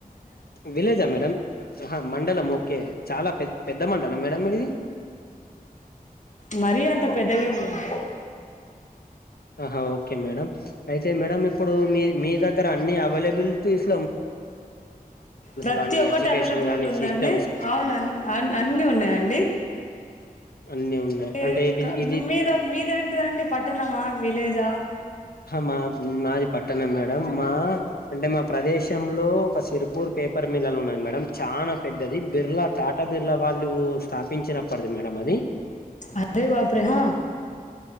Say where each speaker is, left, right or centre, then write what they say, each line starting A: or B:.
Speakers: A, on the left; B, on the left.
A: విలేజా మేడం ఆహా మండలం ఓకే చాలా పె పెద్ద మండలం మేడం మీది
B: మరీ అంత పెద్దగెం కాదు
A: ఆహా ఓకే మేడం అయితే మేడమ్ ఇప్పుడు మీ మీ దగ్గర అన్ని అవేలబులిటీస్
B: ప్రతి
A: గానీ
B: ఒక్కటి
A: ఎడ్యుకేషన్
B: అవైలబుల్
A: గానీ
B: ఉందండి
A: సిస్టమ్స్
B: అవును అన్ని అన్ని ఉన్నాయండి
A: అన్ని ఉన్నాయి
B: ఈ
A: అంటే ఇది
B: క
A: ఇది
B: మీద మీది ఏంటిదండి పట్టణమా విలేజా
A: మా మాది పట్టణం మేడం మా అంటే మా ప్రదేశంలో ఒక సిరుపూర్ పేపర్ మిల్లు ఉన్నాది మేడం చానా పెద్ద అది బిర్లా టాటా బిర్లా వాళ్ళు స్థాపించినప్పడది మేడం అది
B: అరే బాప్రేహా